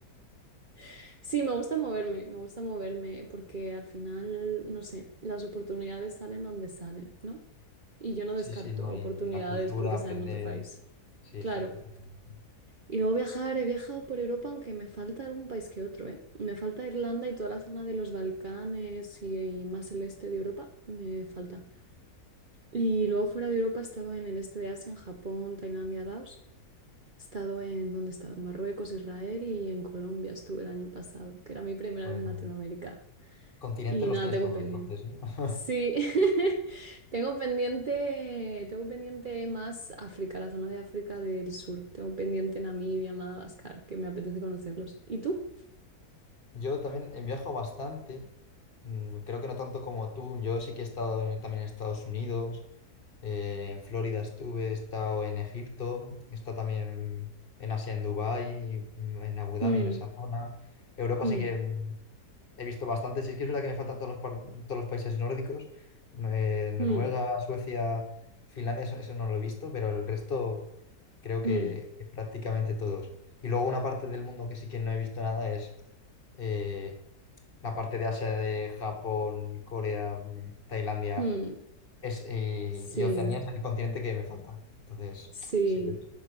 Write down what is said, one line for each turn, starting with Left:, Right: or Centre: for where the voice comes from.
Right: <laughs> sí, me gusta moverme, me gusta moverme porque al final, no sé, las oportunidades salen donde salen, ¿no? Y yo no descarto
Left: Sí, sí, ¿no?
Right: oportunidades
Left: Y la cultura,
Right: porque
Left: aprender.
Right: sea en otro país.
Left: Sí,
Right: Claro.
Left: sí, totalmente.
Right: Y luego viajar, he viajado por Europa, aunque me falta algún país que otro, ¿eh? Me falta Irlanda y toda la zona de los Balcanes y, y más el este de Europa, me falta. Y luego fuera de Europa he estado en el este de Asia, en Japón, Tailandia, Laos. He estado en, ¿dónde he estado? En Marruecos, Israel y en Colombia estuve el año pasado, que era mi primera
Left: Pues,
Right: vez en Latinoamérica.
Left: ah, continentes
Right: Y
Left: los
Right: nada,
Left: tienes
Right: tengo
Left: todos,
Right: pendiente.
Left: entonces, ¿no? <laughs>
Right: Sí, <laughs> tengo pendiente, tengo pendiente más África, la zona de África del Sur. Tengo pendiente Namibia, Madagascar, que me apetece conocerlos. ¿Y tú?
Left: Yo también eh, viajo bastante. Mm, Creo que no tanto como tú. Yo sí que he estado en- también en Estados Unidos, eh, en Florida estuve, he estado en Egipto, he estado también en Asia, en Dubái, mm, en Abu Dhabi,
Right: Hmm,
Left: en esa zona. Europa
Right: hmm,
Left: sí que mm, He visto bastantes, y es que es verdad que me faltan todos los, par- todos los países nórdicos, eh, Noruega,
Right: hmm,
Left: Suecia, Finlandia, eso, eso no lo he visto, pero el resto creo que,
Right: hmm,
Left: que prácticamente todos. Y luego una parte del mundo que sí que no he visto nada es eh, la parte de Asia, de Japón, Corea, mm, Tailandia
Right: hmm.
Left: es, y,
Right: Sí,
Left: y Oceanía es el continente que me falta. Entonces,
Right: sí,
Left: sí, es-